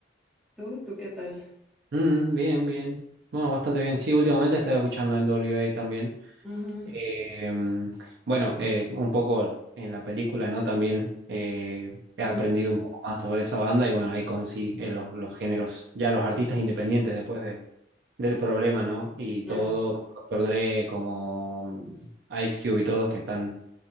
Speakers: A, in the centre; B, on the right.
A: ¿Tú? ¿Tú qué tal?
B: Mm, bien, bien. Bueno, bastante bien. Sí, últimamente estaba escuchando en W A también.
A: Ujú,
B: Eh, bueno, eh, un poco en la película, ¿no? También eh, he
A: ujú,
B: aprendido un poco más sobre esa banda y bueno, ahí conocí eh, los, los géneros, ya los artistas independientes después de, del problema, ¿no? Y
A: Claro.
B: todo, como Dr. Dre, como mm, Ice Cube y todos que están,